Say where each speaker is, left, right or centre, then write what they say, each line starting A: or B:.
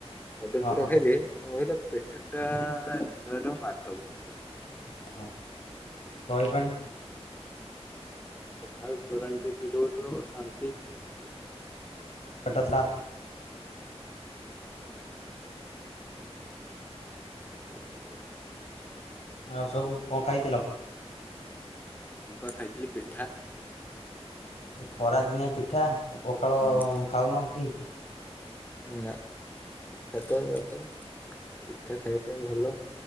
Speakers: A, on the left; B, on the left.
A: କଦଳୀ
B: ହଁ
A: ଚୁଡ଼ା
B: ହଁ
A: ଖାଇଲେ କଣ କହିଲ ପେଟ ଟା <unintelligible>
B: ହ ଦହି ପାଣି।
A: ପଖାଳ ତୋରାଣି ଟିକେ ପିଇ ଦବ କି ଶାନ୍ତି।
B: <unintelligible>
A: ଆଉ ତାହେଲେ।
B: ଆଉ ସବୁ
A: କୁହ
B: କଣ ଖାଇଥିଲ?
A: ମୁଁ ବା ଖାଇଥିଲି ପିଠା।
B: ଏଇ ଖରା ଦିନିଆ ପିଠା ଆଉ ପଖାଳ
A: ହୁଁ
B: ଖାଉନ କି?
A: ନା ପିଠା ତ ପିଠା ଖାଇବା ପାଇଁ ଭଲ